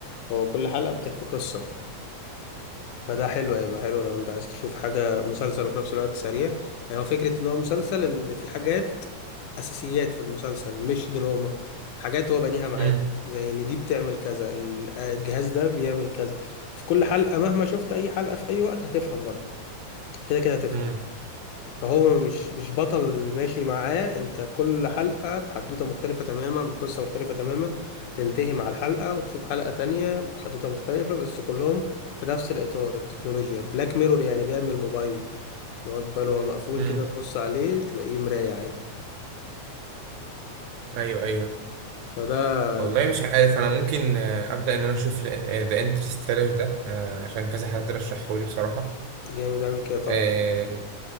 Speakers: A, on the left; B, on the right.
A: هو كل حلقة بتحكي قصة فده حلو هيبقى حلو لو انت عايز تشوف حاجة مسلسل وفي نفس الوقت سريع يعني هو فكرة ان هو مسلسل ان في حاجات اساسيات في المسلسل مش دراما حاجات هو بنيها معاك
B: امم
A: زي ان دي بتعمل كذا ال- آه، الجهاز ده بيعمل كذا في كل حلقة مهما شفت اي حلقة في اي وقت هتفهم برضه كده كده هتفهم
B: امم
A: فهو مش مش بطل ماشي معاه انت كل حلقة بحدوتة مختلفة تماما بقصة مختلفة تماما بتنتهي مع الحلقة وتشوف حلقة تانية بحدوتة مختلفة بس كلهم في نفس الإطار التكنولوجيا بلاك ميرور يعني جاي من الموبايل اللي هو الموبايل هو مقفول
B: امم
A: كده تبص عليه تلاقيه مراية عادي
B: ايوه ايوه
A: فده
B: والله مش عارف انا ممكن آه، ابدا ان انا اشوف ذا انترستيلر ده آه، عشان كذا حد رشحه لي بصراحه
A: جامد اعمل كده طبعا
B: آه،